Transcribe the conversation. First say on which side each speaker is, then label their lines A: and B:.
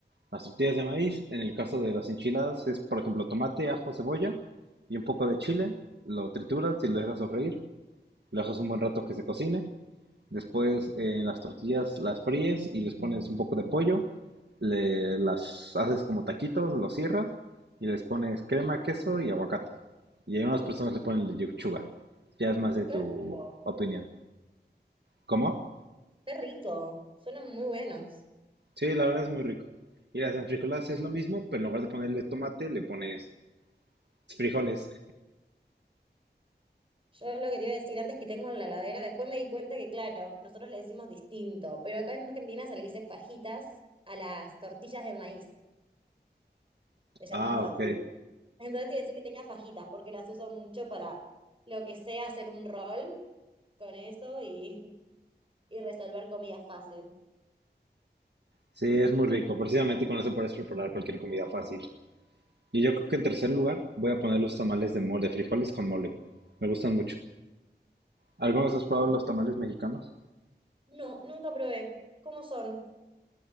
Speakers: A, on the right; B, on the right.
A: Las tortillas de maíz, en el caso de las enchiladas, es, por ejemplo, tomate, ajo, cebolla y un poco de chile. Lo trituras y lo dejas sofreír. Lo dejas un buen rato que se cocine. Después, eh, las tortillas las fríes y les pones un poco de pollo. Le, las haces como taquitos, los cierras y les pones crema, queso y aguacate. Y hay unas personas le ponen lechuga. Ya es más de
B: Qué
A: tu
B: rico,
A: opinión. ¿Cómo?
B: qué rico. Suenan muy buenos.
A: Sí, la verdad es muy rico. Y las enfrijoladas es lo mismo, pero en lugar de ponerle tomate, le pones frijoles.
B: Yo lo que te iba a decir antes que tengo en la heladera, después me di cuenta que, claro, nosotros le decimos distinto, pero acá en Argentina se le dice fajitas a las tortillas de maíz. Se llaman
A: Ah,
B: fajitas.
A: ok.
B: Entonces te iba a decir que tenía fajitas, porque las uso mucho para lo que sea hacer un rol con eso y, y resolver comida fácil.
A: Sí, es muy rico. Precisamente con eso puedes preparar cualquier comida fácil. Y yo creo que en tercer lugar voy a poner los tamales de mole, de frijoles con mole. Me gustan mucho. ¿Algunos has probado los tamales mexicanos?
B: No, nunca probé. ¿Cómo son?